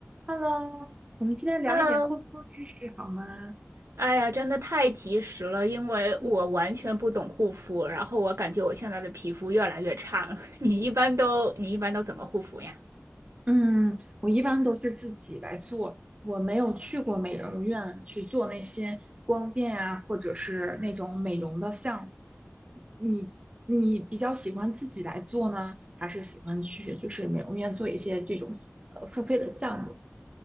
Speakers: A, on the right; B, on the right.
A: Hello，我们今天聊一点护肤知识好吗？
B: Hello，哎呀，真的太及时了，因为我完全不懂护肤，
A: 嗯
B: 然后我感觉我现在的皮肤越来越差了。<laughs> 你一般都，你一般都怎么护肤呀？
A: 嗯，我一般都是自己来做，我没有去过美容院去做那些光电啊，或者是那种美容的项目。你你比较喜欢自己来做呢，还是喜欢去就是美容院做一些这种呃付费的项目？